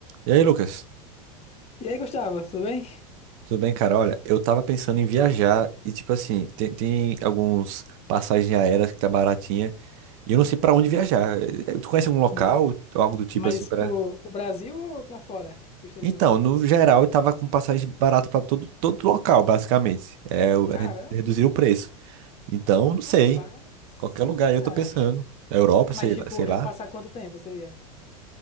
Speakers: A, on the right (about 60°); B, on the left (about 35°).
A: E aí, Lucas?
B: E aí, Gustavo, tudo bem?
A: Tudo bem, cara? Olha, eu tava pensando em viajar e, tipo assim, tem, tem alguns passagens aéreas que tá baratinha e eu não sei pra onde viajar. Eh, Tu conhece algum local
B: Ma-
A: ou algo do tipo
B: Mas,
A: assim pra.
B: pro, pro Brasil ou pra fora? Pro exterior?
A: Então, no geral, eu tava com passagem barata pra todo, todo local, basicamente. É, o-
B: Caramba,
A: é reduzir o preço. Então, não sei.
B: rapaz.
A: Qualquer lugar aí
B: É.
A: eu tô pensando. Europa,
B: Mas,
A: sei,
B: tipo,
A: lá- sei lá.
B: é pra passar quanto tempo seria?